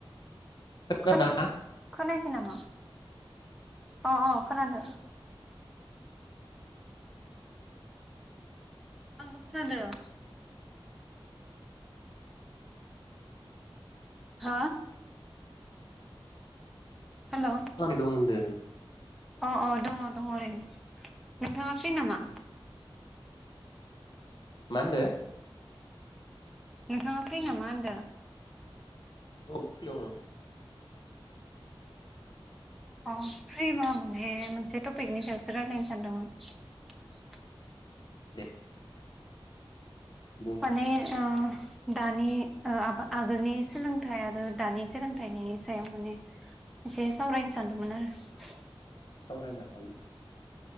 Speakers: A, on the left; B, in the centre.
A: खोनादोंना
B: खनो
A: मा
B: खनो <unintelligible> नामा अ अ खोनादो। आंबो खोनादों। हो? हेलौ।
A: खालामबाय दं होनदों
B: अ अ दङ दङ ओरैनो। नोंथाङा फ्रि नामा?
A: मा होनदो?
B: नोंथाङा फ्रि नामा होनदो?
A: औ फ्रिआवनो।
B: अ फ्रि मा माने मोनसे टपिकनि सायावसो रायजलायनो सानदोंमोन।
A: दे बुं
B: माने ओ दानि ओ आ-आगोलनि सोलोंथाइ आरो दानि सोलोंथाइनि सायाव माने एसे सावरायनो सानदोंमोन आरो।
A: सावरायनो हायो।